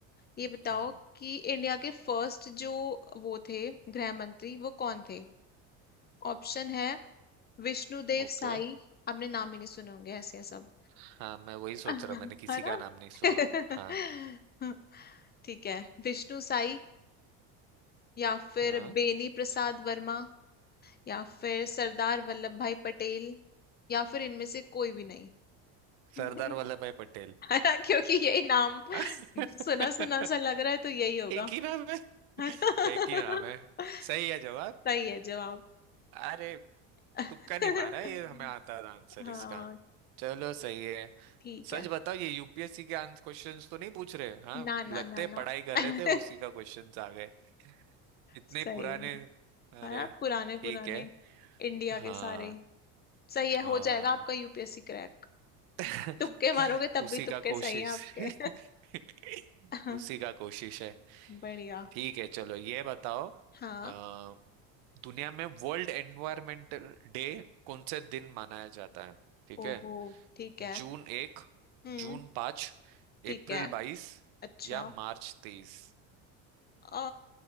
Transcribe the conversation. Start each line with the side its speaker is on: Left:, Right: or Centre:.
Left: ये बताओ
Right: हम्म
Left: कि इंडिया के फर्स्ट जो वो थे गृह मंत्री वो कौन थे ऑप्शन है विष्णुदेव
Right: ओके
Left: साई आपने नाम ही नहीं सुने होंगे ऐसे हैं सब
Right: हाँ मैं वही सोच
Left: <laughs>
Right: रहा हूँ मैंने किसी
Left: है ना
Right: का नाम नहीं सुना
Left: <laughs>
Right: होगा। हाँ
Left: ठीक है विष्णु साई या फिर
Right: हाँ
Left: बेनी प्रसाद वर्मा या फिर सरदार वल्लभ भाई पटेल या फिर इनमें से कोई भी नहीं <laughs>
Right: सरदार वल्लभ भाई पटेल
Left: है ना क्योंकि यही नाम
Right: <laughs>
Left: सुना सुना सा लग रहा है तो यही होगा
Right: एक ही नाम है
Left: है ना
Right: एक ही नाम है
Left: <laughs>
Right: सही है जवाब
Left: सही है जवाब
Right: अरे
Left: <laughs>
Right: तुक्का नहीं मारा है, ये हमें आता था आंसर
Left: हाँ
Right: इसका चलो सही है
Left: ठीक
Right: सच
Left: है
Right: बताओ ये यूपीएससी के आंसर क्वेश्चंस तो नहीं पूछ रहे हाँ
Left: ना ना
Right: लगते
Left: ना
Right: हैं
Left: ना
Right: पढ़ाई कर
Left: <laughs>
Right: रहे थे उसी का क्वेश्चंस आ गए इतने
Left: सही
Right: पुराने
Left: है
Right: अरे
Left: है ना पुराने पुराने
Right: ठीक है
Left: इंडिया
Right: हाँ
Left: के सारे सही है
Right: हाँ
Left: हो जाएगा आपका यूपीएससी क्रैक
Right: <laughs>
Left: तुक्के मारोगे तब
Right: उसी
Left: भी तुक्के
Right: का कोशिश
Left: सही है आपके
Right: <laughs>
Left: <laughs>
Right: उसी का कोशिश है
Left: बढ़िया
Right: ठीक है चलो ये बताओ अ,
Left: हाँ
Right: दुनिया में वर्ल्ड एनवायरमेंटल डे कौन से दिन मनाया जाता है ठीक
Left: ओहो
Right: है
Left: ठीक है
Right: जून एक
Left: हम्म
Right: जून पाँच
Left: ठीक
Right: अप्रैल
Left: है
Right: बाईस
Left: अच्छा
Right: या मार्च तेईस
Left: अ